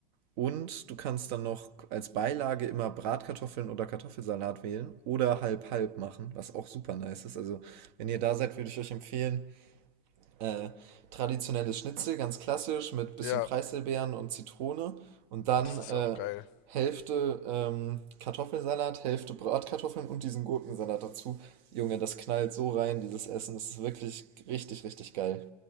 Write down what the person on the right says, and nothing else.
Und du kannst dann noch als Beilage immer Bratkartoffeln oder Kartoffelsalat wählen oder halb-halb machen, was auch super nice ist. Also, wenn ihr da seid, würde ich euch empfehlen, äh, traditionelles Schnitzel, ganz klassisch, mit bisschen
Preiselbeeren und Zitrone. Und dann
äh,
Hälfte ähm, Kartoffelsalat, Hälfte Bratkartoffeln und diesen Gurkensalat dazu. Junge, das knallt so rein, dieses Essen. Das ist wirklich richtig, richtig geil.